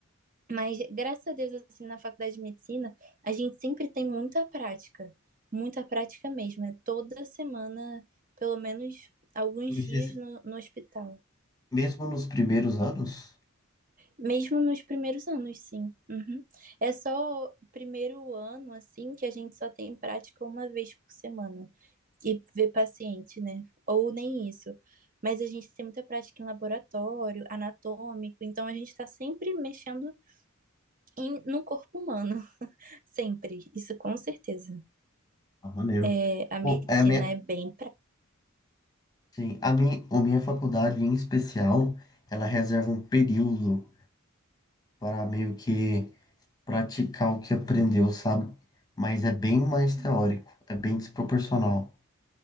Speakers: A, on the right; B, on the left.
A: Mas graças a Deus, assim, na faculdade de medicina, a gente sempre tem muita prática, muita prática mesmo. É toda semana, pelo menos alguns
B: Me
A: dias
B: diz-
A: no, no hospital.
B: Mesmo nos primeiros anos?
A: Mesmo nos primeiros anos, sim. Uhum. É só o primeiro ano, assim, que a gente só tem prática uma vez por semana e ver paciente, né? Ou nem isso. Mas a gente tem muita prática em laboratório, anatômico, então a gente está sempre mexendo em, no corpo humano. Sempre, isso com certeza.
B: Ah, maneiro.
A: É, a
B: Pô,
A: medicina
B: é a minha,
A: é bem pra...
B: sim, a minha, a minha faculdade em especial, ela reserva um período para meio que praticar o que aprendeu, sabe? Mas é bem mais teórico,
A: Hum,
B: é bem desproporcional.